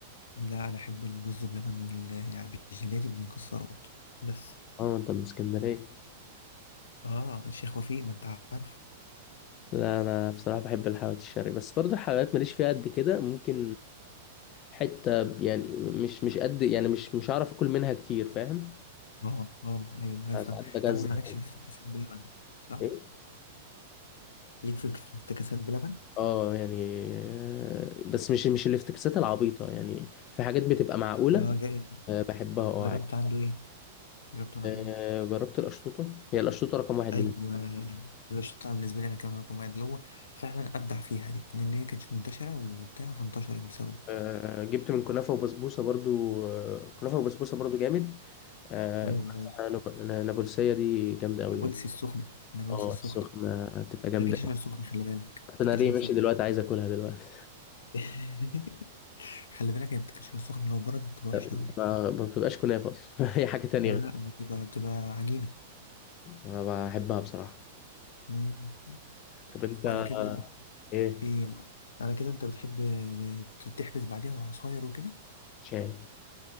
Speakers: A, on the left (about 70°); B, on the left (about 35°).
A: لا انا احب الرز بلبن وال يعني بالجيلاتي بالمكسرات بس
B: اه انت من اسكندرية
A: اه الشيخ وفيق ما انت عارفه
B: لا انا بصراحة بحب الحلويات الشرقي بس برضه الحلويات ماليش فيها قد كده ممكن حتة يعني مش مش قد يعني مش مش هعرف اكل منها كتير فاهم
A: اه اه ايوه
B: أنا
A: افهم
B: ساعات بجزع
A: طبعا مالكش
B: كده
A: في افتكاسات بلبن صح
B: ايه
A: ليك في افتكاسات بلبن
B: اه يعني آه، بس مش مش الافتكاسات العبيطة يعني في حاجات بتبقى معقولة
A: اه جا-
B: آه، بحبها اه
A: جربت
B: عادي
A: عنده ايه جربت من عنده
B: آه،
A: ايه
B: جربت القشطوطة هي القشطوطة رقم واحد بالنسبة
A: ايوه
B: لي.
A: ده الشطه بالنسبه لي انا كان رقم واحد اللي هو فعلا ابدع فيها دي لان هي كانت منتشره وبتاع فانتشرت بسببه
B: آه، جبت من كنافة وبسبوسة برضو آه، كنافة وبسبوسة برضو جامد آه
A: ايوه
B: كنافة
A: ايوه
B: نب- نابلسية دي جامدة أوي
A: نابلسي
B: يعني
A: السخنه نابلسي
B: اه
A: السخنه
B: السخنة هتبقى جامدة
A: تاكلش
B: أوي
A: غير سخن خلي بالك
B: حتى
A: تاكلش
B: أنا ليه
A: غير
B: ماشي
A: سخن
B: دلوقتي عايز أكلها دلوقتي
A: <laughs> خلي بالك هي بتاكلش غير سخن لو بردت بتبقى وحشه
B: <laughs>
A: قوي
B: ما ما بتبقاش كنافة أصلا <laughs> هي حاجة تانية
A: لا
B: غير
A: لا بتبقى بتبقى عجينه
B: أنا بحبها بصراحة
A: مم.
B: طب أنت
A: وعلى كده
B: إيه
A: ايه على كده انت بتحب بت- تحبس بعديها وعصاير وكده
B: شاي